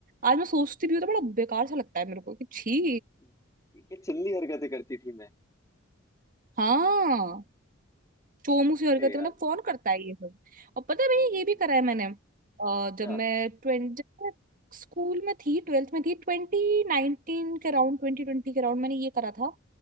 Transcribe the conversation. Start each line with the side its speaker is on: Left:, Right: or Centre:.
Right: आज मैं सोचती भी हूँ तो बड़ा बेकार सा लगता है मेरे को कि छी
Left: ठीक है चिल्ली हरकतें करती थी मैं
Right: हाँ चोमू सी
Left: अरे
Right: हरकत
Left: यार
Right: है मतलब कौन करता है ये सब और पता है भैया
Left: हम्म,
Right: ये भी करा है मैंने अ,
Left: क्या
Right: जब मैं ट्वेंटी जब मैं स्कूल में थी ट्वेल्थ में थी ट्वेंटी नाइनटीन के अराउंड ट्वेंटी ट्वेंटी के अराउंड मैंने ये करा था